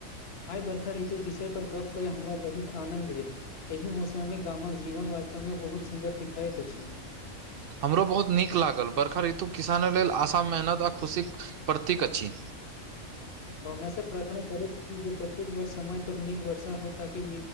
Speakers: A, on the left; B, on the right.
A: आइ बरखा ऋतु विषय पर गप क हमरा बहुत आनंद भेल एहि मौसम मे गामक जीवन वास्तव मे बहुत सुन्दर दिखाइत अछि
B: हमरो बहुत नीक लागल बरखा ऋतु किसाने लेल आशा मेहनत आ खुशीके प्रतीक अछि
A: भावनासँ प्रार्थना करे कतेक वर्ष समय पर नीक वर्षा हो ताकि